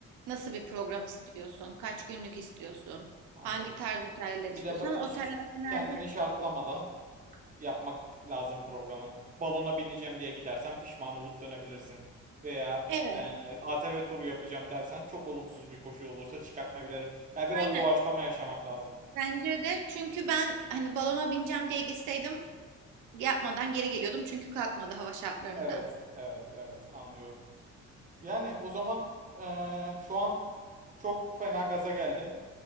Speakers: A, on the right; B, on the right.
A: Nasıl bir program istiyorsun? Kaç günlük istiyorsun?
B: anladım.
A: Hangi tarz oteller
B: Bir
A: istiyorsun?
B: de ba-
A: Ama
B: hiç
A: oteller genelde
B: kendini şartlamadan yapmak lazım programı. Balona bineceğim diye gidersen pişman olup dönebilirsin. Veya
A: evet,
B: e, ATV turu yapacağım dersen çok olumsuz bir koşul olursa çıkartma bile. Yani biraz
A: aynen.
B: doğaçlama yaşamak lazım.
A: Bence de çünkü ben hani balona bineceğim diye gitseydim yapmadan geri geliyordum çünkü kalkmadı hava şartlarından.
B: Evet, evet, evet anlıyorum. Yani o zaman e, şu an çok fena gaza geldim.